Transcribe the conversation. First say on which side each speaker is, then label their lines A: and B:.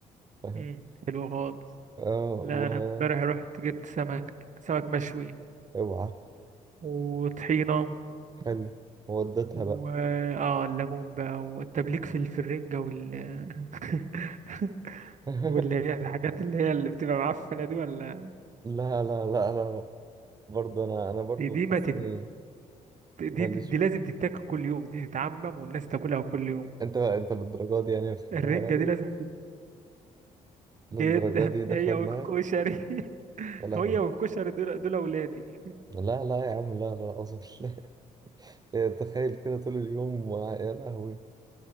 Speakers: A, on the right; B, on the right.
A: فاهم
B: امم حلو خالص
A: اه
B: لا
A: و
B: انا امبارح رحت جبت سمك سمك مشوي
A: اوعى
B: وطحينه
A: حلو وديتها
B: و
A: بقى
B: اه الليمون بقى والتبليك في في الرنجه وال <laughs>
A: <laughs>
B: واللي هي الحاجات اللي هي اللي بتبقى معفنه دي ولا
A: لا لا لا لا لا برضه انا انا برضه
B: دي دي
A: بتحس
B: ما تت...
A: اني
B: دي, دي,
A: ماليش
B: دي لازم تتاكل كل يوم دي تتعمم والناس تاكلها كل يوم
A: انت بقى انت للدرجه دي يعني بتحبها
B: الرنجة
A: يعني
B: دي لازم تت-
A: للدرجه
B: جدا
A: دي داخله
B: هي
A: دماغك
B: والكشري <laughs>
A: يا لهوي
B: هي والكشري دول دول أولادي
A: لا لا يا عم لا لا اظن <laughs> لا تخيل كده طول اليوم مع- يا لهوي